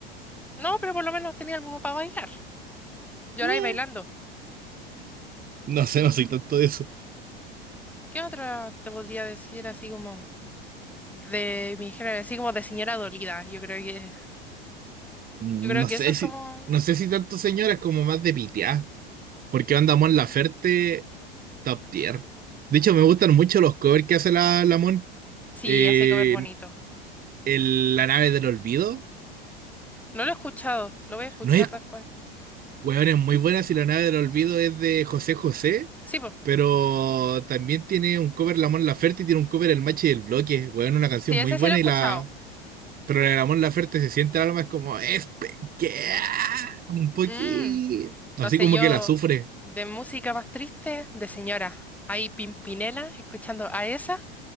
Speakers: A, in the centre; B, on the right (about 30°).
A: No, pero por lo menos tenía algo para bailar. yo
B: Eh,
A: Lloráis bailando.
B: No sé,
A: Mm.
B: no soy tanto de eso.
A: ¿Qué otra te podría decir así como... de mi género, así como de señora dolida. Yo creo que,
B: Mm,
A: yo creo
B: No
A: que
B: sé
A: eso es
B: si,
A: como,
B: no sé si tanto señoras como más de pitear. Porque anda Mon Laferte top tier. De hecho, me gustan mucho los covers que hace la, la Mon.
A: sí,
B: Eh,
A: hace comer bonito.
B: el- la nave del olvido.
A: No lo he escuchado, lo voy a escuchar
B: No es,
A: después.
B: weón, es muy buena si la nave del olvido es de José José.
A: Sí, pues,
B: Pero también tiene un cover la Mon Laferte y tiene un cover el Machi del Bloque. Weón, una canción
A: sí, ese
B: muy buena
A: sí lo he escuchado.
B: y la, Pero en el amor la Laferte se siente el alma, es como, es pequeña, un poquito.
A: Mm,
B: Así
A: no sé,
B: como
A: yo
B: que la sufre,
A: de música más triste, de señora. Hay Pimpinela escuchando a esa